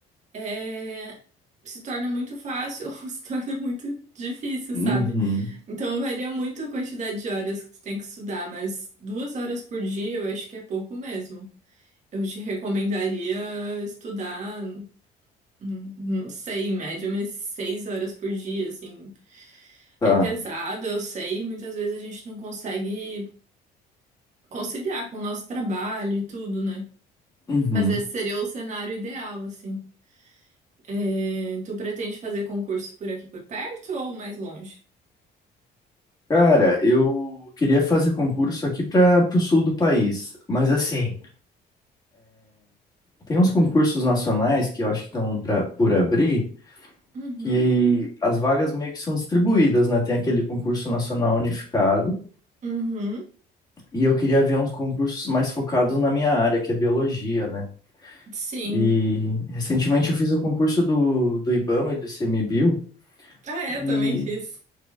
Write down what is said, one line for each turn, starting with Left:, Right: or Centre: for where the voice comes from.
Right: é, se torna muito fácil <laughs> ou se torna muito difícil,
Left: Uhum.
Right: sabe? Então, varia muito a quantidade de horas que tu tem que estudar, mas duas horas por dia eu acho que é pouco mesmo. Eu te recomendaria estudar, hum, não sei, em média, mas seis horas por dia, assim.
Left: Tá.
Right: É pesado, eu sei, muitas vezes a gente não consegue conciliar com o nosso trabalho e tudo, né?
Left: Uhum.
Right: Mas esse seria o cenário ideal, assim. É, tu pretende fazer concurso por aqui por perto ou mais longe?
Left: Cara, eu queria fazer concurso aqui para o sul do país, mas assim, tem uns concursos nacionais que eu acho que estão pra, por abrir.
Right: Uhum,
Left: que as vagas meio que são distribuídas, né? Tem aquele concurso nacional unificado,
Right: uhum,
Left: e eu queria ver uns concursos mais focados na minha área, que é biologia, né?
Right: sim.
Left: E recentemente eu fiz o concurso do, do IBAMA e do ICMBio,
Right: Ah, é, eu
Left: e...
Right: também fiz.